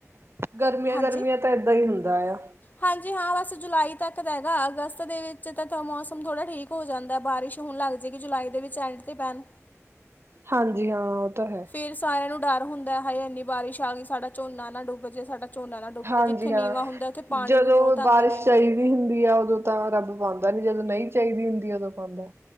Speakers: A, on the right; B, on the left.
A: ਗਰਮੀਆਂ
B: ਹਾਂਜੀ
A: ਗਰਮੀਆਂ ਤਾਂ ਏਦਾਂ ਹੀ ਹੁੰਦਾ ਆ
B: ਹਾਂਜੀ ਹਾਂ ਬਸ ਜੁਲਾਈ ਤੱਕ ਹੈਗਾ ਅਗਸਤ ਦੇ ਵਿੱਚ ਤਾਂ ਮੌਸਮ ਥੋੜ੍ਹਾ ਠੀਕ ਹੋ ਜਾਂਦਾ ਬਾਰਿਸ਼ ਹੁਣ ਲੱਗ ਜਾਏਗੀ ਜੁਲਾਈ ਦੇ ਵਿੱਚ ਐਂਡ ਤੇ ਪੈਣ
A: ਹਾਂਜੀ ਹਾਂ ਉਹ ਤਾਂ ਹੈ
B: ਫੇਰ ਸਾਰਿਆਂ ਨੂੰ ਡਰ ਹੁੰਦਾ ਹਾਏ ਇੰਨੀ ਬਾਰਿਸ਼ ਆ ਗਈ ਸਾਡਾ ਝੋਨਾ ਨਾ ਡੁੱਬ ਜੇ ਸਾਡਾ ਝੋਨਾ ਨਾ ਡੁੱਬਜੇ
A: ਹਾਂਜੀ
B: ਜਿਥੇ ਨੀਵਾਂ
A: ਹਾਂ।
B: ਹੁੰਦਾ ਉੱਥੇ ਪਾਣੀ
A: ਜਦੋਂ
B: ਵੀ ਬਹੁਤ ਆਂਦੇ
A: ਬਾਰਿਸ਼
B: ਨੇ
A: ਚਾਹੀਦੀ ਹੁੰਦੀ ਆ ਉਦੋਂ ਤਾਂ ਰੱਬ ਪਾਉਂਦਾ ਨੀ ਜਦੋਂ ਨਹੀਂ ਚਾਹੀਦੀ ਹੁੰਦੀ ਉਦੋਂ ਪਾਉਂਦਾ